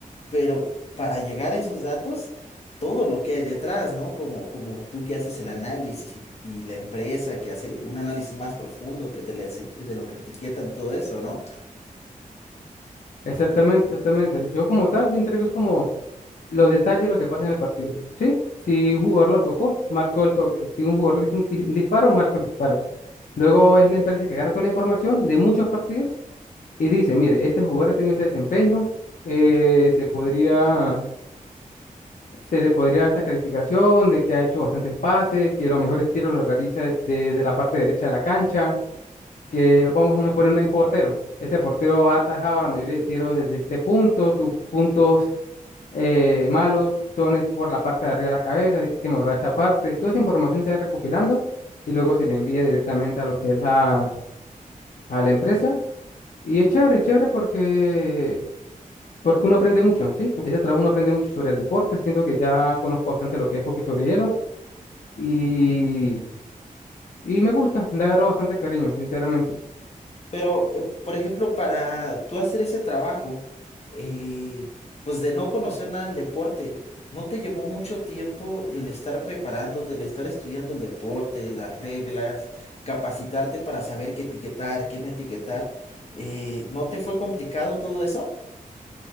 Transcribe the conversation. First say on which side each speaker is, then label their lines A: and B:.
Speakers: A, on the left; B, on the left.
A: pero para llegar a esos datos, todo lo que hay detrás, ¿no? Como, como tú que haces el análisis y, y la empresa que hace un análisis más profundo que de, la- de lo que etiquetan todo eso, ¿no?
B: Exactamente, exactamente. Yo como tal, yo entrego es como los detalles de lo que pasa en el partido. ¿Sí? Si un jugador lo tocó, marcó el toque. Si un jugador dice un, ti- un disparo, marcó el disparo. Luego es la empresa que agarra toda la información de muchos partidos y dice, mire, este jugador ha tenido este desempeño, eh, se podría, se le podría dar esta calificación de que ha hecho bastantes pases, que los mejores tiros los realiza de- desde la parte derecha de la cancha, que
A: <laughs>
B: vamos a poner un portero. Este portero ha atajado la mayoría de tiros desde este punto, sus puntos eh, malos, son es por la parte de arriba de la cabeza, así que hay que mejorar esta parte. Toda esa información se va recopilando y luego se le envía directamente a lo que es la, a la empresa. Y es chévere, es chévere porque, porque uno aprende mucho, ¿sí? Ese trabajo uno aprende mucho sobre el deporte, siento que ya conozco bastante lo que es hockey sobre hielo y, y me gusta, le agarro bastante cariño, sinceramente.
A: Pero, eh, por ejemplo, para tú hacer ese trabajo, eh, pues de no conocer nada del deporte, ¿no te llevó mucho tiempo el estar preparándote, el estar estudiando el deporte, las reglas, capacitarte para saber qué etiquetar, qué no etiquetar? Eh, ¿no te fue complicado todo eso?